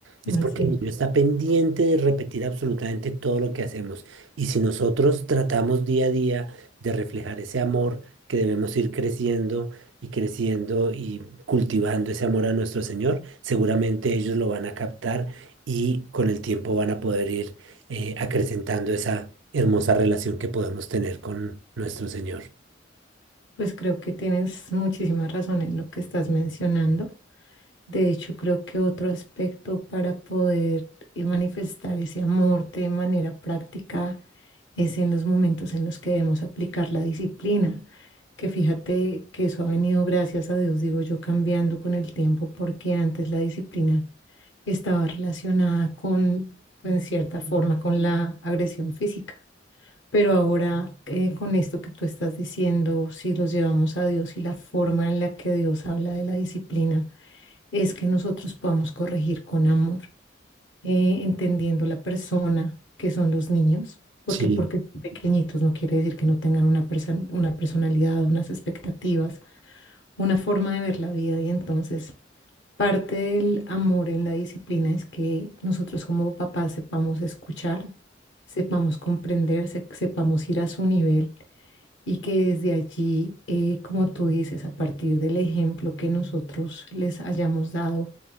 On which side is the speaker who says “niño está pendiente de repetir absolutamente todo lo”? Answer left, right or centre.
Right